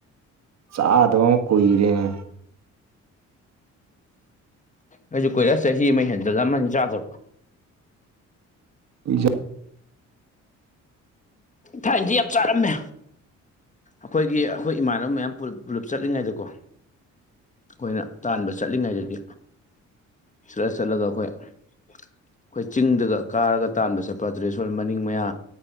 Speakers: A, on the right (about 60°); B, on the left (about 25°).
A: ꯆꯥꯗꯕ ꯑꯃ ꯀꯨꯏꯔꯦꯅꯦ
B: ꯑꯩꯁꯨ ꯀꯨꯏꯔꯦ ꯆꯍꯤ ꯑꯃ ꯍꯦꯟ ꯖꯜꯂꯝꯝꯃꯅꯤ ꯆꯥꯗꯕ
A: <unintelligible>
B: ꯊꯥꯏꯅꯗꯤ ꯌꯥꯝ ꯆꯥꯔꯝꯃꯦ ꯑꯩꯈꯣꯏꯒꯤ ꯑꯩꯈꯣꯏ ꯏꯃꯥꯟꯅꯕ ꯃꯌꯥꯝ ꯄꯨꯂ ꯄꯨꯂꯞ ꯆꯠꯂꯤꯉꯩꯗꯀꯣ ꯑꯩꯈꯣꯏꯅ ꯇꯥꯟꯕ ꯆꯠꯂꯤꯉꯩꯗꯗꯤ ꯆꯠꯂ ꯆꯠꯂꯒ ꯑꯩꯈꯣꯏ ꯑꯩꯈꯣꯏ ꯆꯤꯡꯗꯒ ꯀꯥꯔꯒ ꯇꯥꯟꯕ ꯆꯠꯄ ꯑꯗꯨꯗ ꯁꯣ ꯃꯅꯤꯡ ꯃꯌꯥ